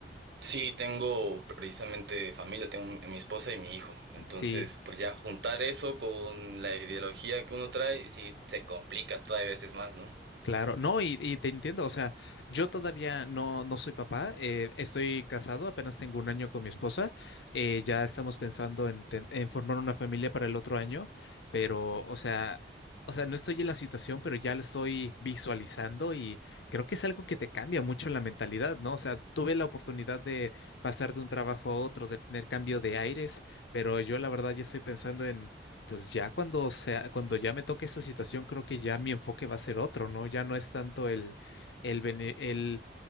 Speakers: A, on the right; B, on the left.
A: Sí, tengo precisamente familia, tengo mi mi esposa y mi hijo. Entonces,
B: sí.
A: pues ya juntar eso con la ideología que uno trae, sí se complica todavía veces más, ¿no?
B: Claro, no, y, y te entiendo, o sea, yo todavía no, no soy papá, eh, estoy casado, apenas tengo un año con mi esposa, eh, ya estamos pensando en, ten- en formar una familia para el otro año, pero, o sea, o sea, no estoy en la situación, pero ya lo estoy visualizando y creo que es algo que te cambia mucho la mentalidad, ¿no? O sea, tuve la oportunidad de pasar de un trabajo a otro, de tener cambio de aires, pero yo la verdad ya estoy pensando en pues ya cuando sea, cuando ya me toque esa situación, creo que ya mi enfoque va a ser otro, ¿no? Ya no es tanto el, el, bene- el